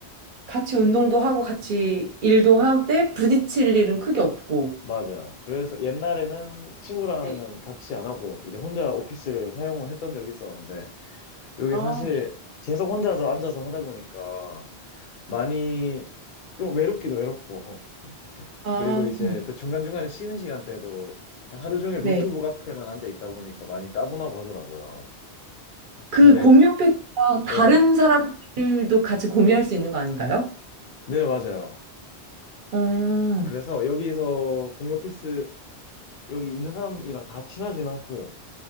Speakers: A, on the right (about 55°); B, on the left (about 60°).
A: 같이 운동도 하고 같이 일도 할 때 부딪힐 일은 크게 없고.
B: 맞아요. 그래서 옛날에는 친구랑은
A: 네.
B: 같이 안 하고, 이제 혼자 오피스를 사용을 했던 적이 있었는데, 이게
A: 아,
B: 사실 계속 혼자서 앉아서 하다 보니까, 많이 또 외롭기도 외롭고,
A: 아,
B: 그리고 이제
A: 어,
B: 또 중간중간에 쉬는 시간대도 그냥 하루 종일
A: 네.
B: 노트북 앞에만 앉아 있다 보니까 많이 따분하고 하더라고요.
A: 그
B: 근데,
A: 공유 패드가 다른
B: 네네.
A: 사람들도 같이 공유할 수 있는 거 아닌가요?
B: 네, 맞아요.
A: 음,
B: 그래서 여기서 공유 피스 여기 있는 사람이랑 다 친하진 않고